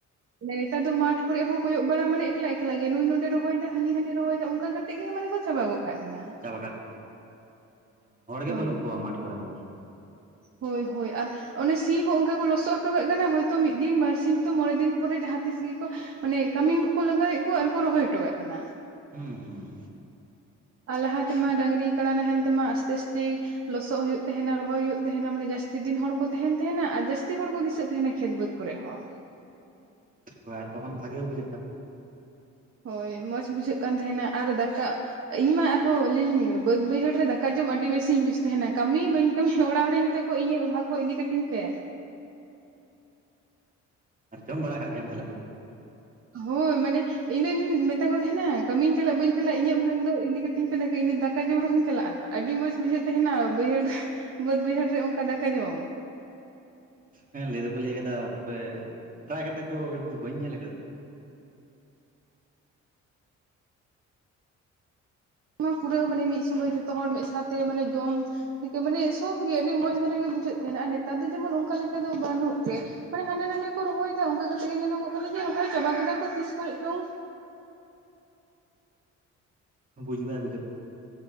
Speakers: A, on the right; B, on the right.
A: ᱱᱮᱛᱟᱨ ᱫᱚ ᱢᱟᱴᱷ ᱠᱚᱨᱮ ᱦᱚᱸ ᱠᱚᱭᱚᱜ ᱵᱟᱲᱟ ᱢᱟᱱᱮ ᱮᱠᱞᱟ ᱮᱠᱞᱟ ᱜᱮ ᱱᱩᱭ ᱱᱚᱰᱮ ᱨᱚᱦᱚᱭᱮᱫᱟ ᱦᱟᱹᱱᱤ ᱦᱟᱸᱰᱮ ᱨᱚᱦᱚᱭ ᱫᱟ ᱚᱱᱠᱟ ᱠᱟᱛᱮ ᱜᱮ ᱢᱟᱱᱮ ᱠᱚ ᱪᱟᱵᱟ ᱜᱚᱫ ᱠᱟᱜ ᱠᱟᱱᱟ᱾
B: ᱪᱟᱵᱟ ᱠᱟᱜ ᱠᱟᱱᱟ ᱢᱟᱱᱮ ᱦᱚᱲᱜ ᱜᱮ
A: ᱦᱳᱭ
B: ᱵᱟᱹᱱᱩᱜ ᱠᱚᱣᱟ ᱢᱟᱴᱷ ᱠᱚᱨᱮ ᱦᱚᱸ᱾
A: ᱦᱳᱭ ᱦᱳᱭ ᱟᱨ ᱚᱱᱮ ᱥᱤ ᱦᱚᱸ ᱚᱱᱠᱟ ᱠᱚ ᱞᱚᱥᱚᱫ ᱦᱚᱴᱚ ᱠᱟᱜ ᱠᱟᱱᱟ ᱦᱚᱭᱛᱳ ᱢᱤᱫ ᱫᱤᱱ ᱵᱟᱨ ᱥᱤᱧ ᱛᱚ ᱢᱚᱬᱮ ᱫᱤᱱ ᱯᱚᱨᱮ ᱡᱟᱦᱟᱸ ᱛᱤᱥ ᱜᱮᱠᱚ ᱢᱟᱱᱮ ᱠᱟᱹᱢᱤᱱ ᱠᱚᱠᱚ ᱞᱟᱜᱟᱣᱮᱫ ᱠᱚᱣᱟ ᱟᱨᱠᱚ ᱨᱚᱦᱚᱭ ᱦᱚᱴᱚ ᱠᱟᱜ ᱠᱟᱱᱟ᱾
B: ᱦᱩᱸ ᱦᱩᱸ
A: ᱟᱨ ᱞᱟᱦᱟ ᱛᱮᱢᱟ ᱰᱟᱝᱨᱤ ᱠᱟᱲᱟ ᱱᱟᱦᱮᱞ ᱛᱮ ᱟᱥᱛᱮ ᱟᱥᱛᱮ ᱞᱚᱥᱚᱜ ᱦᱩᱭᱩᱜ ᱛᱟᱦᱮᱸᱱᱟ ᱨᱚᱦᱚᱭ ᱦᱩᱭᱩᱜ ᱛᱟᱦᱮᱸᱱᱟ ᱢᱟᱱᱮ ᱡᱟᱹᱥᱛᱤ ᱫᱤᱱ ᱦᱚᱲ ᱠᱚ ᱛᱟᱦᱮᱸᱱ ᱛᱟᱦᱮᱸᱱᱟ ᱟᱨ ᱡᱟᱹᱥᱛᱤ ᱦᱚᱲ ᱠᱚ ᱫᱤᱥᱟᱹᱜ ᱛᱟᱦᱮᱱᱟ ᱠᱷᱮᱛ ᱵᱟᱹᱫᱽ ᱠᱚᱨᱮᱜ ᱦᱚᱸ᱾
B: ᱦᱳᱭ ᱟᱨ ᱛᱚᱠᱷ ᱵᱷᱟᱜᱮ ᱦᱚᱸ ᱵᱩᱡᱷᱟᱹᱜ ᱠᱟᱱ ᱛᱟᱦᱮᱸᱫ᱾
A: ᱦᱳᱭ ᱢᱚᱸᱡᱽ ᱵᱩᱡᱷᱟᱹᱜ ᱠᱟᱱ ᱛᱟᱦᱮᱸᱱᱟ, ᱟᱨ ᱫᱟᱠᱟᱜ ᱤᱧ ᱢᱟ ᱟᱨᱦᱚᱸ ᱟᱹᱞᱤᱧ ᱵᱟᱹᱫᱽ ᱵᱟᱹᱭᱦᱟᱹᱲ ᱨᱮ ᱫᱟᱠᱟ ᱡᱚᱢ ᱟᱹᱰᱤ ᱵᱮᱥ ᱤᱧ ᱵᱩᱡᱽ ᱛᱟᱦᱮᱸᱱᱟ ᱠᱟᱹᱢᱤ ᱵᱟᱹᱧ ᱠᱟᱹ <unintelligible> ᱚᱲᱟᱜ ᱦᱚᱲ ᱤᱧ ᱢᱮᱛᱟ ᱠᱚᱣᱟ ᱤᱧᱟᱹᱜ ᱵᱷᱟᱜᱽ ᱦᱚᱸ ᱤᱫᱤ ᱠᱟᱹᱛᱤᱧ ᱯᱮ᱾
B: ᱟᱨ ᱡᱚᱢ ᱵᱟᱲᱟ ᱠᱟᱜ ᱜᱮᱭᱟᱢ ᱛᱟᱦᱞᱮ ᱵᱟᱹᱫ
A: ᱦᱳᱭ ᱢᱟᱱᱮ, ᱤᱧ ᱫᱚᱧ ᱢᱮᱛᱟ ᱠᱚ ᱛᱟᱦᱮᱸᱱᱟ ᱠᱟᱹᱢᱤᱧ ᱪᱟᱞᱟᱜ ᱵᱟᱹᱧ ᱪᱟᱞᱟᱜ ᱤᱧᱟᱹᱜ ᱵᱷᱟᱜᱽ ᱫᱚ ᱤᱫᱤ ᱠᱟᱛᱤᱧ ᱯᱮ ᱤᱧ ᱫᱚ ᱫᱟᱠᱟ ᱡᱚᱢ ᱨᱮᱦᱚᱧ ᱪᱟᱞᱟᱜᱼᱟ ᱦᱟᱸᱜ᱾ ᱟᱹᱰᱤ ᱢᱚᱸᱡᱽ ᱵᱩᱡᱷᱟᱹᱜ ᱛᱟᱦᱮᱸᱱᱟ ᱵᱟᱹᱭᱦᱟᱹᱲ ᱵᱟᱹᱫ ᱵᱟᱹᱭᱦᱟᱹᱲ ᱨᱮ ᱚᱱᱠᱟ ᱫᱟᱠᱟ ᱡᱚᱢ᱾
B: ᱦᱮᱸ ᱞᱟᱹᱭ ᱫᱚᱠᱚ ᱞᱟᱹᱭ ᱠᱟᱫᱟ ᱛᱚᱵᱮ ᱴᱨᱟᱭ ᱠᱟᱛᱮᱜ ᱫᱚ ᱤᱧ ᱫᱚ ᱵᱟᱹᱧ ᱧᱮᱞ ᱠᱟᱫᱟ᱾
A: ᱯᱩᱨᱟᱹ ᱢᱟᱱᱮ ᱢᱤᱫ ᱥᱚᱢᱚᱭ ᱡᱚᱛᱚ ᱦᱚᱲ ᱢᱟᱶᱛᱮ ᱢᱟᱱᱮ ᱡᱚᱢ, ᱛᱷᱮᱠᱮ <unintelligible> ᱢᱟᱱᱮ ᱥᱚᱵ ᱜᱮ ᱟᱹᱰᱤ ᱢᱚᱸᱡᱽ ᱫᱷᱟᱨᱟᱜ ᱜᱮ ᱵᱩᱡᱷᱟᱹᱜ ᱛᱟᱦᱮᱸᱱᱟ ᱟᱨ ᱱᱮᱛᱟᱨ ᱫᱚ ᱡᱮᱢᱚᱱ ᱚᱱᱠᱟ ᱞᱮᱠᱟ ᱫᱚ ᱵᱟᱹᱱᱩᱜ ᱜᱮ, ᱢᱟᱱᱮ ᱦᱟᱸᱰᱮ ᱱᱟᱰᱮ ᱠᱚ ᱨᱚᱦᱚᱭ ᱫᱟ ᱚᱱᱠᱟ ᱠᱟᱛᱮᱜ ᱜᱮ ᱧᱮᱞᱚᱜᱚᱜ ᱠᱟᱱᱟ ᱡᱮ ᱨᱚᱦᱚᱭ ᱪᱟᱵᱟ ᱠᱮᱫᱟ ᱠᱚ ᱛᱤᱥ ᱠᱚᱨᱮᱜ ᱪᱚᱝ᱾
B: ᱵᱩᱡᱽ ᱵᱟᱭ ᱵᱩᱡᱚᱜ